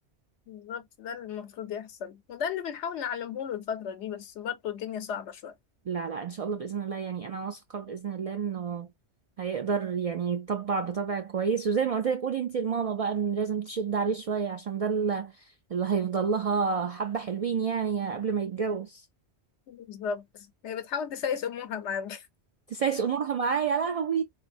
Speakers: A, on the left (about 85°); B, on the right (about 65°).
A: بالظبط ده اللي المفروض يحصل وده اللي بنحاول نعلمه له الفترة دي بس برضه الدنيا صعبة شوية
B: لا لا ان شاء الله باذن الله يعني انا واثقه باذن الله انه هيقدر يعني يطبع بطبع كويس وزي ما قلت لك قولي انت لماما بقى ان لازم تشد عليه شويه عشان ده اللي اللي هيفضل لها حبه حلوين يعني قبل ما يتجوز
A: بالظبط هي بتحاول تسايس أمورها معاك <laughs>
B: تسايس امورها معاه يا لهوي